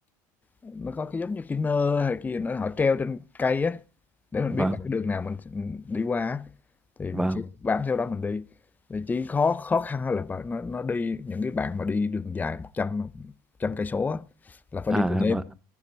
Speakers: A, on the left; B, in the centre.
A: nó có cái giống như cái nơ hay kia nó họ treo trên cây á để mình
B: vâng,
A: biết là cái đường nào mình ừ, đi qua á thì mình
B: vâng.
A: chỉ bám theo đó mình đi thì chỉ khó khó khăn là nó nó đi những cái bạn mà đi đường dài một trăm trăm cây số á, là phải
B: À
A: đi từ đêm
B: à, vâng,